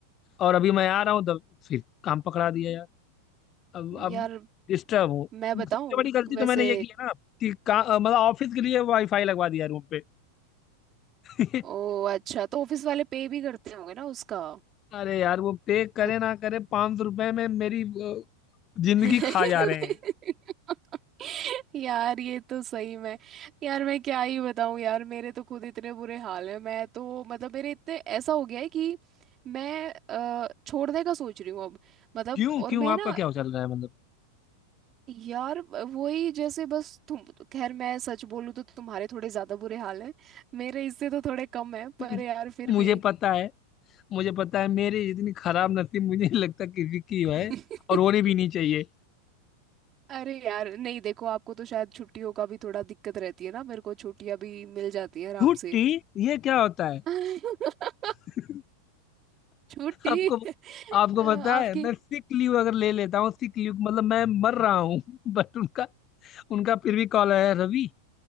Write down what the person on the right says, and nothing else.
यार
मैं बताऊं
वैसे
ओ अच्छा तो ऑफिस वाले पे भी करते होंगे ना उसका
मत
<laughs>
यार ये तो सही में यार मैं क्या ही बताऊं यार मेरे तो खुद इतने बुरे हाल हैं मैं तो मतलब मेरे इतने ऐसा हो गया है कि मैं अ, छोड़ने का सोच रही हूँ अब मतलब
और
मैं
ना
यार वही जैसे बस तुम खैर मैं सच बोलूँ तो तुम्हारे थोड़े ज्यादा बुरे हाल हैं मेरे इससे तो थोड़े कम हैं पर
यार फिर
भी
<laughs>
अरे यार नहीं देखो आपको तो शायद छुट्टियों का भी थोड़ा दिक्कत रहती है ना मेरे को छुट्टियां भी मिल जाती है आराम
से
<laughs>
छुट्टी
अ, आपकी